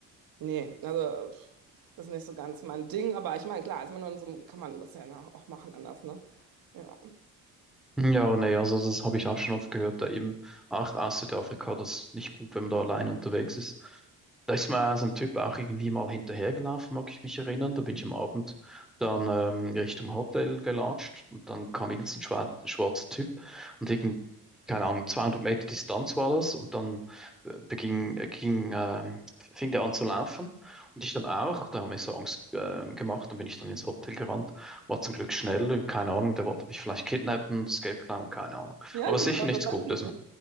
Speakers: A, on the right (about 65°); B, in the centre.
A: nee, also pff, das ist nicht so ganz mein Ding, aber ich meine, klar, ist man in so, einem- kann man das ja nach- auch machen anders, ne? Ja.
B: Ja, nee, also das habe ich auch schon oft gehört, da eben, ach, aus Südafrika, das ist nicht gut, wenn man da allein unterwegs ist. Da ist mir so ein Typ auch irgendwie mal hinterhergelaufen, mag ich mich erinnern. Da bin ich am Abend dann ähm, Richtung Hotel gelatscht und dann kam irgend so ein schwar schwarzer Typ und irgend, keine Ahnung, 200 Meter Distanz war das und dann äh, beging, äh, ging, ähm, fing der an zu laufen und ich dann auch. Da haben wir so Angst ähm, gemacht, dann bin ich dann ins Hotel gerannt. War zum Glück schnell, keine Ahnung, der wollte mich vielleicht kidnappen, das Geld klauen, keine Ahnung.
A: Ja,
B: Aber
A: du,
B: sicher
A: du warst
B: nichts
A: das eigentlich.
B: Gutes, ne?